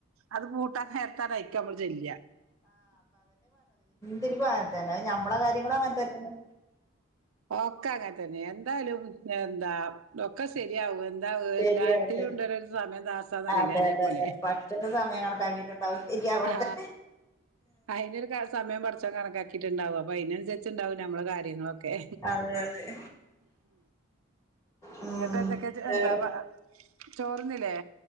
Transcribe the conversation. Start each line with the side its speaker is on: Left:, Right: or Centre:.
Right: അത് പൂട്ടാ നേർത്തായിരിക്കും നമ്മള് ചെല്ല
Left: തില് പോലത്തന്നെ. ഞമ്മളെ കാര്യങ്ങളും അങ്ങനത്തന്നെയാണ്.
Right: ഒക്കെ അങ്ങനെ തന്നെ എന്തായാലും എന്താ ഒക്കെ ശരിയാവും എ
Left: ശരിയാവട്ടെ
Right: എല്ലാത്തിനും ഉണ്ടൊരു സമയം ദാസാന്ന് പറയില്ലെ
Left: അതെ
Right: അതേപോലെ
Left: അതെ അതെ പടച്ചോന്റെ സമയം കണക്കാക്കിയിട്ടുണ്ടാവും ശരിയാവട്ടെ
Right: ആ അയിനൊരു ക സമയം പടച്ചോൻ കണക്കാക്കിട്ടുണ്ടാവും അപ്പൊ അതിനനുസരിച്ചുണ്ടാ നമ്മളെ കാര്യങ്ങളൊക്കെ
Left: അതെ അതെ ഉം
Right: ഇങ്ങട്ട് എന്തൊക്കെയാട്ടിണ്ടാ
Left: വേറെ
Right: പ ചോറ് തിന്നില്ലേ.